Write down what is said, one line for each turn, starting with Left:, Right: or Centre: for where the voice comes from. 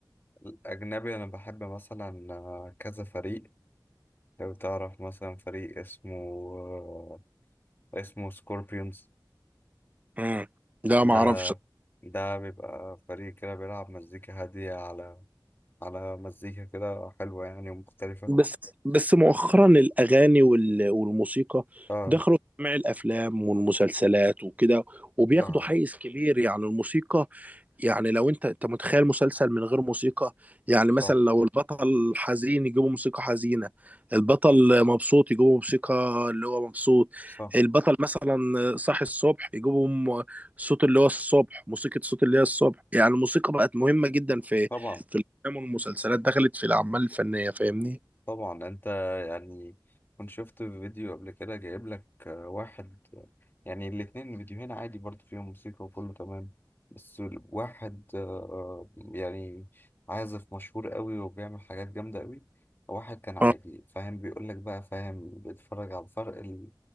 Left: الأجنبي أنا بحب مثلا آه، كذا فريق لو تعرف مثلا فريق اسمه آه، اسمه سكوربيونز
Right: امم لا
Left: ده
Right: ما اعرفش
Left: ده بيبقى فريق كده بيلعب مزيكا هادية على على مزيكا كده حلوة يعني ومختلفة
Right: بس بس مؤخرا الاغاني وال- والموسيقى
Left: اه
Right: دخلوا في جميع الافلام والمسلسلات وكده وبياخدوا
Left: ده
Right: حيز كبير يعني الموسيقى يعني لو انت انت متخيل مسلسل من غير موسيقى يعني
Left: صح
Right: مثلا لو البطل حزين يجيبوا موسيقى حزينة البطل مبسوط يجيبوا موسيقى اللي هو مبسوط
Left: صح
Right: البطل مثلا صاحي الصبح يجيبوا م- صوت اللي هو الصبح موسيقى صوت اللي هي الصبح يعني الموسيقى بقت مهمة جدا في
Left: طبعا
Right: في الافلام والمسلسلات دخلت في الاعمال الفنية فاهمني
Left: طبعا انت يعني كنت شفت فيديو قبل كده جايب لك آه، واحد آه، يعني الاتنين فيديوهين عادي برضه فيهم موسيقى وكله تمام بس ال- واحد آه، يعني عازف مشهور قوي وبيعمل حاجات جامدة قوي واحد كان عادي
Right: اه
Left: فاهم بيقول لك بقى فاهم بيتفرج على فرق ال...